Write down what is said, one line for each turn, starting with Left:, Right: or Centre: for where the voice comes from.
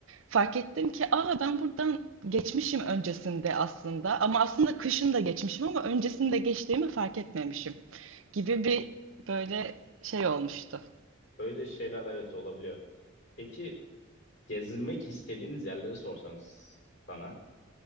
Right: Fark ettim ki aa ben buradan geçmişim öncesinde aslında ama aslında kışın da geçmişim ama öncesinde geçtiğimi fark etmemişim gibi bir böyle şey olmuştu.
Left: Öyle şeyler evet olabiliyor. Peki gezinmek istediğiniz yerleri sorsam s- sana.